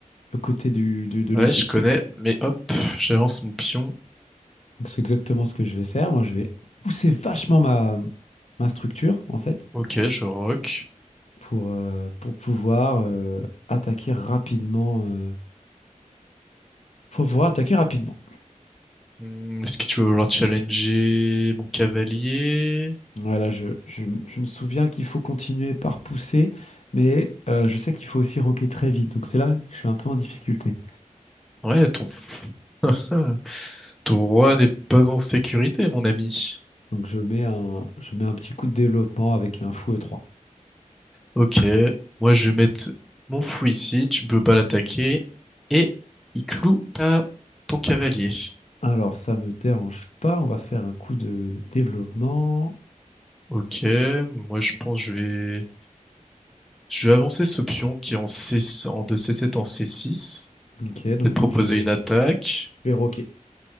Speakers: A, on the left; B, in the centre.
A: le côté du, du- de
B: Ouais,
A: l'échiquier.
B: je connais, mais hop, j'avance mon pion.
A: Donc, c'est exactement ce que je vais faire. Moi, je vais pousser vachement ma, ma structure, en fait,
B: Ok, je rock.
A: pour, euh, pour pouvoir euh, attaquer rapidement. euh, faut pouvoir attaquer rapidement.
B: Hmm, Est-ce que tu veux vouloir challenger mon cavalier?
A: Voilà, je, je je me souviens qu'il faut continuer par pousser, mais euh, je sais qu'il faut aussi rocker très vite. Donc c'est là que je suis un peu en difficulté.
B: Ouais, ton, f- <laughs> ton roi n'est pas en sécurité, mon ami.
A: Donc je mets un, je mets un petit coup de développement avec un fouet 3.
B: Ok, moi je vais mettre mon fou ici, tu peux pas l'attaquer. Et il cloue ta... ton cavalier.
A: Alors ça me dérange pas, on va faire un coup de développement.
B: Ok, moi je pense que je vais... Je vais avancer ce pion qui est en, C... en de c sept en c six.
A: Ok, donc
B: Peut-être proposer
A: moi je vais,
B: une
A: je
B: attaque.
A: vais rocker.